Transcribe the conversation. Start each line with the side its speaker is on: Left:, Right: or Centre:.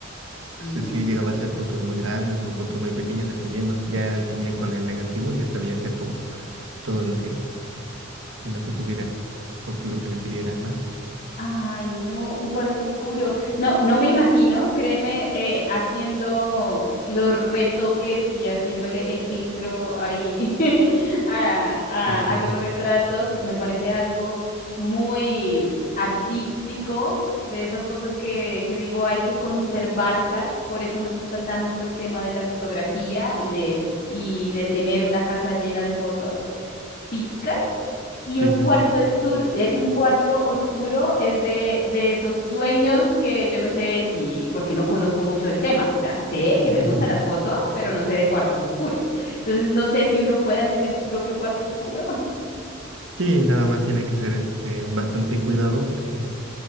Left: No.
Right: Entonces sí llegaba a hacer fotos muy grandes o fotos muy pequeñas, dependiendo. Ya él tenía con el negativo y ya sabía hacer como todo lo que, lo que tuviera o que- lo que le pidieran, ¿no?
Left: Ay, no, un cuarto oscuro. No, no me imagino, créeme, eh, haciendo los retoques y haciéndole el filtro ahí <laughs> a,
Right: Sí, sí,
Left: a- a los
Right: sí.
Left: retratos. Me parece algo muy artístico, de esas cosas que, que digo hay que conservarlas. Por eso me gusta tanto el tema de la fotografía y de, y de tener una casa llena de fotos físicas y
Right: Sí,
Left: un
Right: sí,
Left: cuarto, estur- eh, un cuarto oscuro es de, de esos sueños que yo no sé si, porque no conozco mucho del tema. O sea, sé que
Right: sí.
Left: me
Right: <laughs>
Left: gustan las fotos, pero no sé de cuartos oscuros. Entonces, no sé si uno pueda tener su propio cuarto oscuro. <laughs>
Right: Sí, nada más tiene que ser este bastante cuidado porque,